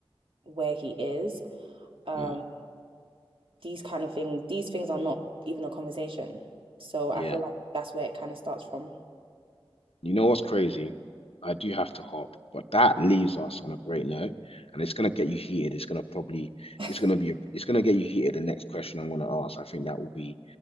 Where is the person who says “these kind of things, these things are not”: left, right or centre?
Right